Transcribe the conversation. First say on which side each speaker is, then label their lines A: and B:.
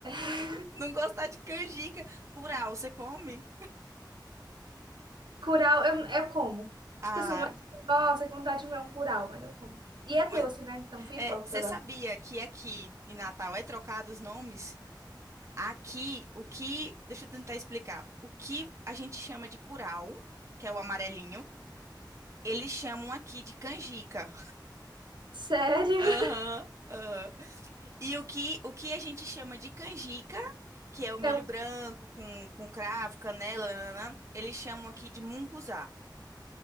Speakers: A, on the right (about 75°); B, on the right (about 40°).
A: <laughs>
B: Não gostar de canjica. Curau, você come?
A: Curau, eu, eu como.
B: Ah,
A: Tipo assim, não é tipo, nossa, que vontade de comer um curau, mas eu como. E é
B: mas
A: doce, né? Então fui
B: é,
A: hipócrita
B: você
A: agora.
B: sabia que aqui em Natal é trocado os nomes? Aqui, o que. Deixa eu tentar explicar. O que a gente chama de curau, que é o amarelinho, eles chamam aqui de canjica.
A: Sério?
B: Aham,
A: <laughs>
B: aham. E o que, o que a gente chama de canjica, que é o milho
A: Eu,
B: branco com, com cravo, canela, nananã, eles chamam aqui de munguzá.